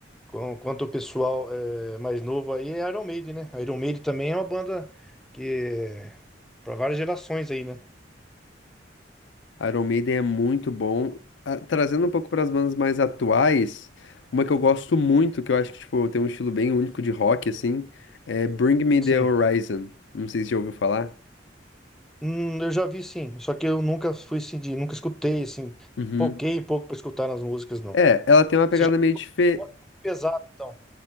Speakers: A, in the centre; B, on the left.
A: com- quanto o pessoal é, mais novo aí é Iron Maiden, né? Iron Maiden também é uma banda que é para várias gerações aí, né?
B: Iron Maiden é muito bom. Ah, Trazendo um pouco para as bandas mais atuais, uma que eu gosto muito, que eu acho que tipo, tem um estilo bem único de rock, assim, é Bring Me the
A: Sim.
B: Horizon. Não sei se já ouviu falar.
A: Hum, eu já vi sim, só que eu nunca fui assim, de, nunca escutei assim,
B: Uhum.
A: foquei um pouco pra escutar nas músicas, não.
B: É, ela tem uma pegada
A: Você
B: meio diferente.
A: rock muito pesado, então.